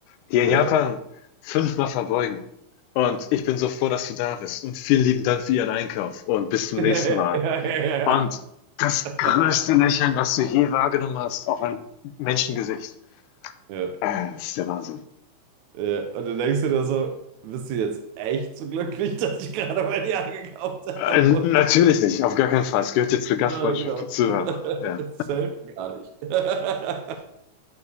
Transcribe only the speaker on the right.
ja.
<laughs>
Ja,
ja, ja.
ja.
Ja,
ja. Und dann denkst du dir so, bist du jetzt echt so glücklich, dass ich gerade bei dir eingekauft
habe?
Na, genau.
<laughs>
Safe gar nicht. <laughs>